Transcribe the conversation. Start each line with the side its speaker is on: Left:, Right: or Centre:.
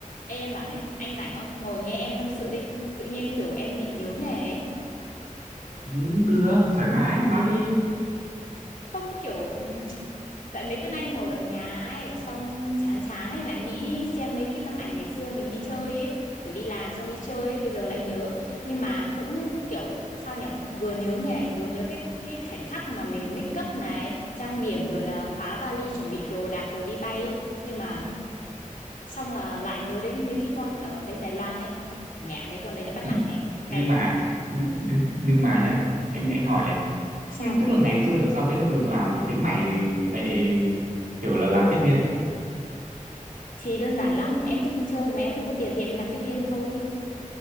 Left: Ê, em bảo này, anh rảnh không? Ngồi nghe em tâm sự đi. Tự nhiên kiểu em bị nhớ nghề ấy.
Right: Ừ, được thoải mái nói đi
Left: Không kiểu... ừm, Tại mấy bữa nay ngồi ở nhà ấy, xong chán chán ấy, lại nghĩ xem mấy cái tấm ảnh ngày xưa mình đi chơi ấy. Kiểu đi làm xong đi chơi ấy, bây giờ lại nhớ. Nhưng mà cũng kiểu, sao nhở Vừa nhớ nghề, vừa nhớ cái cái khoảnh khắc mà mình make up này, trang điểm rồi là khóa vali, chuẩn bị đồ đạc rồi đi bay ấy. Nhưng mà xong là lại nhớ đến mấy cái con ở bên Đài Loan ấy. Mẹ, mấy con đấy nó bắt
Right: ừ.
Left: nạt em.
Right: nhưng
Left: Cay
Right: mà
Left: phết.
Right: nhưng, nhưng mà nhá anh anh hỏi này
Left: Sao?
Right: nhưng tức là ngày xưa làm sao cái động lực nào mà khiến mày lại kiểu là làm tiếp viên
Left: Thì đơn giản lắm, em thích đi chơi mà em không có tiền thì em đi làm tiếp viên thôi.